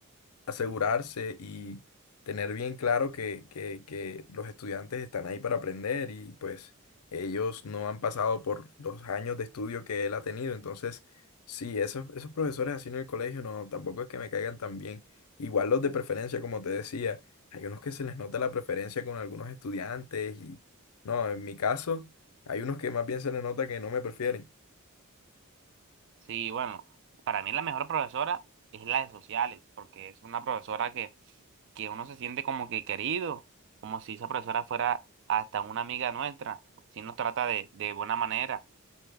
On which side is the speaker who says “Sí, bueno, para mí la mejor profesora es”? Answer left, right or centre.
Right